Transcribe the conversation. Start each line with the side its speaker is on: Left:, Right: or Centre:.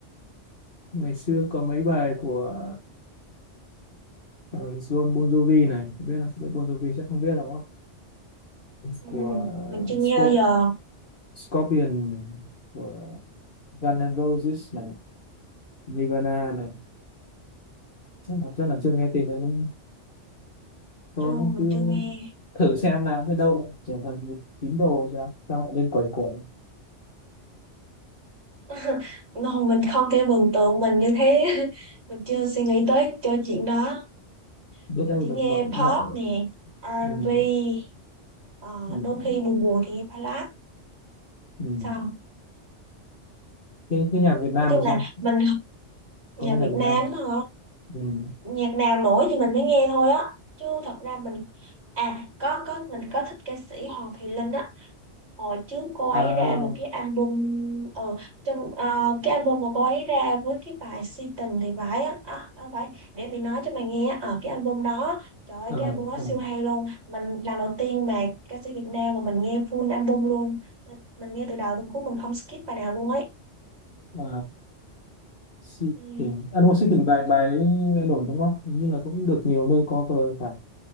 Left: ngày xưa có mấy bài của ờ, John Bon Jovi này không biết không biết Bon Jovi chắc không biết đúng không
Right: ừ,
Left: của
Right: mình chưa nghe
Left: Scorp
Right: bao giờ
Left: Scorpion này, của Guns N' Roses này Nirvana này chắc là chắc là chưa nghe tên đấy đúng không? thôi
Right: chưa mình
Left: cứ
Right: chưa nghe
Left: thử xem nào biết đâu lại trở thành một tín đồ sao sao lại lên quẩy quẩy
Right: <laughs> không mình không thể mường tượng mình như thế <laughs> mình chưa suy nghĩ tới cho chuyện đó
Left: biết
Right: Mình
Left: đâu
Right: chỉ
Left: được
Right: nghe
Left: mọi
Right: pop
Left: mọi
Right: nè, R&B,
Left: mình
Right: ờ,
Left: mình
Right: đôi khi buồn buồn thì nghe ballad.
Left: mình
Right: Xong,
Left: thế thế nhạc Việt Nam
Right: nói chung
Left: thì
Right: là
Left: sao
Right: mình nhạc
Left: có nghe nhạc
Right: Việt
Left: Việt
Right: Nam
Left: Nam không?
Right: hả?
Left: ừ.
Right: Nhạc nào nổi thì mình mới nghe thôi á. Chứ thật ra mình, à có có mình có thích ca sĩ Hoàng Thùy Linh á. hồi trước cô ấy
Left: à
Right: ra một cái album ờ, trong ờ, cái album mà cô ấy ra với cái bài Si Tình thì phải á à, à, phải để mình nói cho mày nghe ở cái album đó trời ơi
Left: ờ
Right: cái album đó
Left: ờ
Right: siêu hay luôn mình lần đầu tiên mà ca sĩ Việt Nam mà mình nghe full album luôn Nên mình nghe từ đầu tới cuối mình không skip bài nào luôn ấy
Left: à, si
Right: ừ,
Left: tình à đúng rồi, si tình bài bài ấy nổi đúng không Hình như là cũng được nhiều nơi cover phải